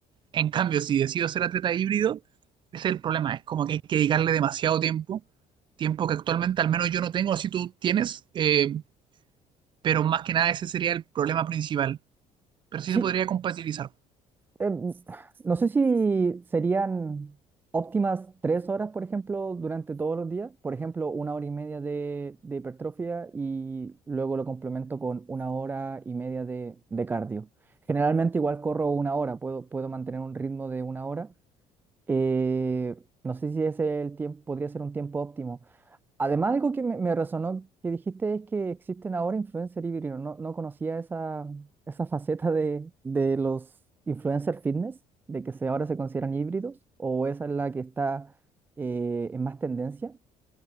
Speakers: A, on the right; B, on the right.
A: En cambio, si decido ser atleta híbrido, ese es el problema. Es como que hay que dedicarle demasiado tiempo, tiempo que actualmente al menos yo no tengo, si tú tienes, eh, pero más que nada ese sería el problema principal. Pero sí
B: Sí,
A: se podría compatibilizar.
B: em, no sé si serían óptimas tres horas, por ejemplo, durante todos los días. Por ejemplo, una hora y media de, de hipertrofia y luego lo complemento con una hora y media de, de cardio. Generalmente igual corro una hora, puedo, puedo mantener un ritmo de una hora Eh, no sé si ese es el tiempo, podría ser un tiempo óptimo. Además, algo que me, me resonó que dijiste es que existen ahora influencers híbridos. No, no conocía esa, esa faceta de, de los influencers fitness, de que se, ahora se consideran híbridos, o esa es la que está eh, en más tendencia.